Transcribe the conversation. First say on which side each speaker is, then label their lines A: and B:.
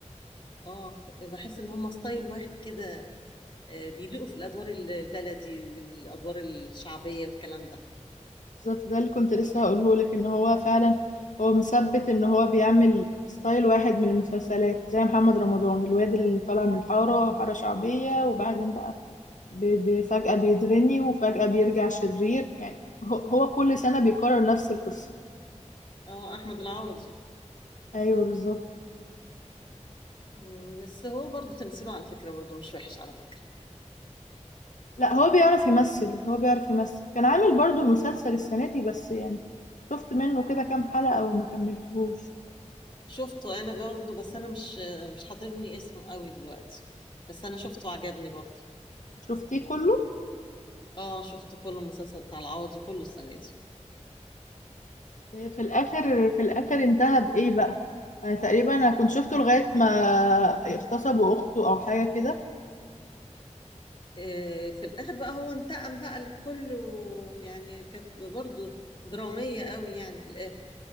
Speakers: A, on the left; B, on the left.
A: اه ف- بحس ان هم ستايل واحد كده آه، بيليقوا في الادوار ال- البلدي والادوار الشعبيه والكلام ده
B: بالظبط ده اللي كنت لسه هقوله لك ان هو فعلا هو مثبت ان هو بيعمل ستايل واحد من المسلسلات زي محمد رمضان الواد اللي طالع من الحارة حارة شعبية وبعدين بقى ب- ب- فجأة بيتغني وفجأة بيرجع شرير يعني هو هو كل سنة بيكرر نفس القصة
A: اه احمد العوضي
B: ايوه بالظبط
A: مم، بس هو برضو تمثيله على فكره برضو مش وحش على فكره
B: لا هو بيعرف يمثل هو بيعرف يمثل كان عامل برضو مسلسل السنة دي بس يعني شفت منه كده كام حلقة وما كملتهوش
A: شفته انا برضو بس انا مش آه، مش حاضرني اسمه قوي دلوقتي بس انا شفته عجبني برضو
B: شفتيه كله
A: اه شفت كل المسلسل بتاع العوضي كله السنه دي
B: في الآخر في الآخر انتهى بإيه بقى أنا تقريبا أنا كنت شفته لغاية ما اغتصبوا أخته أو حاجة كده
A: آه، في الاخر بقى هو انتقم بقى لكله يعني كانت برضو دراميه قوي يعني في الاخر